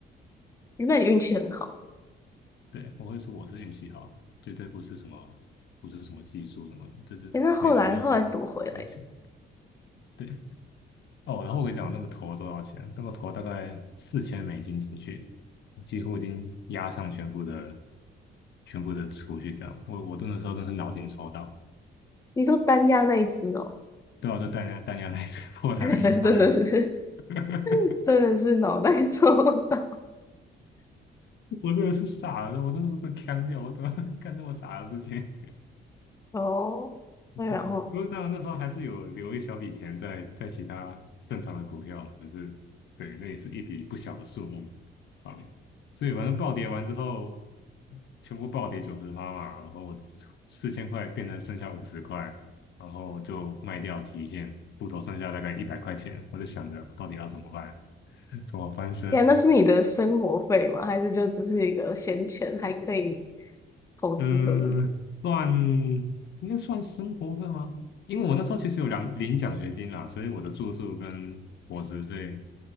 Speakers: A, on the left; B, on the left.
A: 那你运气很好。
B: 对，我会说我是运气好，绝对不是什么不是什么技术什么的，这这没有没有什么
A: 诶，那后来后来是怎么回来的？
B: 运气。对哦，然后我跟你讲那个投多少钱，那个投大概四千美金进去，我几乎已经压上全部的全部的储蓄，这样，我我那时候真是脑筋抽到，
A: 你说单压那一只哦，
B: 对啊，就弹压弹压那一次 <laughs> 破产的银行。
A: <laughs> 真的是
B: <laughs>
A: <laughs> 真的是脑袋抽到
B: 我真的是傻了，我真的是真腔掉，我怎么 <laughs> 干这么傻的事情，
A: 哦。
B: <laughs>
A: 那然后
B: 对吧？不过当然那时候还是有留一小笔钱在在其他正常的股票了，可是对，那也是一笔不小的数目啊。所以反正暴跌完之后，全部暴跌九十趴嘛，然后我四千块变成剩下五十块，然后就卖掉提现，户头剩下大概一百块钱，我就想着到底要怎么办，<laughs> 怎么翻身。
A: 呀，那是你的生活费吗？还是就只是一个闲钱还可以投资的呢？
B: 嗯，算应该算生活费吗？因为我那时候其实有两领奖学金啦，所以我的住宿跟伙食费